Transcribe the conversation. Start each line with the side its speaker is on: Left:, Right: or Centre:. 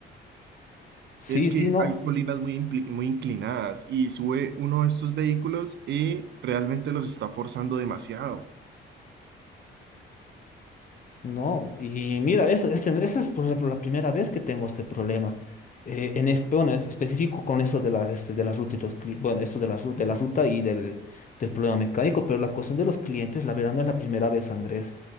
Left: sí,
Right: Es que
Left: sí, no.
Right: hay colinas muy, impli- muy inclinadas y sube uno de estos vehículos y realmente los está forzando demasiado.
Left: No, y mira, eso este, esa es por ejemplo la primera vez que tengo este problema. Eh, en este, bueno, es específico con eso de la, este, de la ruta y los cli- bueno, esto de la, ru- de la ruta y del, del problema mecánico, pero la cuestión de los clientes, la verdad, no es la primera vez, Andrés.